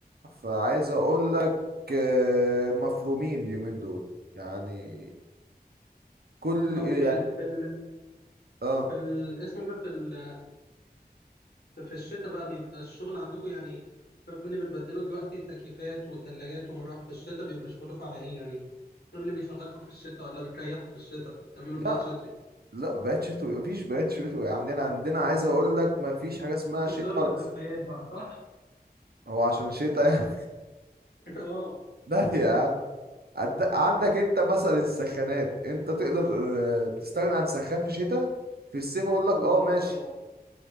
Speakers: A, on the right; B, on the left.
A: فعايز اقول لك آه، مفرومين اليومين دول يعني كل
B: طب
A: يعني
B: في ال... في ال...
A: اه
B: في ال... اسمه ده في ال... في الشتاء بقى بيبقى الشغل عندكم يعني انت بتقولي بتبدلوا دلوقتي تكييفات وتلاجات ومراوح في الشتاء بيبقى شغلكم على ايه يعني ايه اللي بيشغلكم في الشتاء ولا بتريحوا في الشتاء بتعملوا
A: لا
B: بيات شتوي
A: لا بقت شتوي مفيش بقت شتوي عندنا عندنا عايز اقول لك مفيش حاجة اسمها شتاء
B: بيشتغلوا
A: ولا
B: في الدفايات
A: صيف.
B: بقى صح؟
A: هو عشان شتاء يعني
B: <laughs> اه
A: <laughs> لا يا عم عند... عندك انت مثلا السخانات انت تقدر آه، تستغنى عن سخان في شتاء في الصيف اقول لك
B: لا
A: اه ماشي
B: طبعا